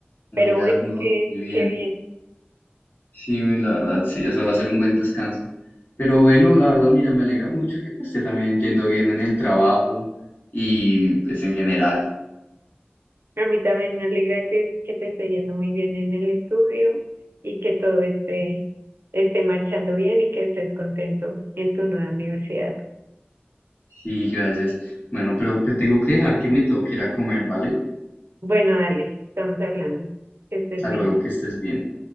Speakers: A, on the left; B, on the right.
A: Oh
B: Pero
A: my God,
B: bueno,
A: no,
B: qué,
A: qué bien.
B: qué bien.
A: Sí, la verdad, sí, eso va a ser un buen descanso. Pero bueno, la verdad, mira, me alegra mucho que te esté también yendo bien en el trabajo y pues en general.
B: A mí también me alegra te- que te esté yendo muy bien en el estudio y que todo esté, esté marchando bien y que estés contento en tu nueva universidad.
A: Sí, gracias. Bueno, pero te tengo que dejar que me tengo que ir a comer, ¿vale?
B: Bueno, dale, estamos hablando. Que estés
A: Hasta luego,
B: bien.
A: que estés bien.